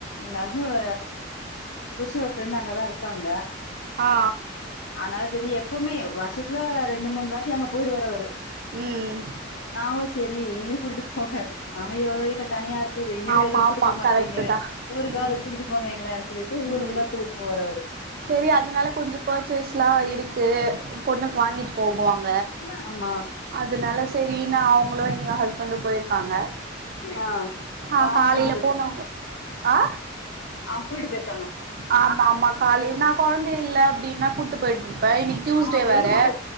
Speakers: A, on the left (about 65°); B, on the right (about 50°).
A: எங்க அஹனோட புஷோட ஃப்ரெண்ட் அங்கதான் இருக்காங்க
B: ஆ ஆ
A: ஆனால சரி இப்பமே வருஷத்துல ரெண் ரெண்டு மூணு வாட்டி அங்க போயிடுவாரு அவரு
B: ம்
A: நாங்களு செரி எங்களையு கூட்டிட்டு போங்க நாங்க எவ்வளவுோ வீட்ட தனியா இருக்குது எங்கயே
B: ஆமா
A: ஏதது கூப்பட்டு
B: ஆமா
A: போ மாறீங்க
B: கரெக்ட்டு தா
A: ஊருக்காவ
B: ம் ம்
A: கூகிட்டு போங்க எங்களன்னு சொல்லிட்டு ஊருக்கு
B: ம்
A: தான் கூட்டிட்டு போவாரு அவரு
B: சரி அதனால கொஞ்சம் பர்ச்சேஸ் எல்லாம் இருக்கு பொண்ணுக்கு வாங்கிட்டு போகவாங்க
A: ஆ ஆமா
B: அதனால சரி நா அவ ங்களு எங்க ஹஸ்பண்டும் போயிருக்காங்க
A: ஆ
B: ஆ
A: ஓ அவன
B: காலைல
A: கூட்டு
B: போனவுங்க ஆ
A: அவ போய்ட்ட பெறகு
B: ஆமா ஆமா கால நா கொழந்தை இல்ல அப்டின்னா கூட்டு போயிட் இன்னைக்கு டூஸ்
A: ஆமா
B: டே
A: வெயிலு
B: வேர